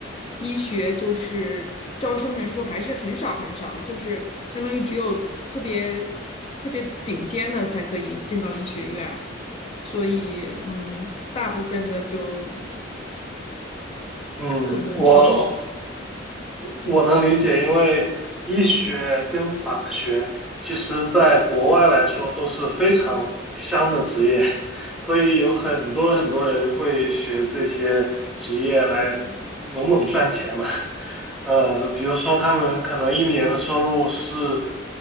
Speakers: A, on the left; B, in the centre.
A: 医学就是招生人数还是很少很少，就是相当于只有特别特别顶尖的才可以进到医学院，所以嗯，大部分的就
B: 嗯，
A: 可能朝
B: 我我能理解，因为医学跟法学其实在国外来说都是非常香的职业，所以有很多很多人会学这些职业来猛猛赚钱嘛。呃，比如说他们可能一年的收入是，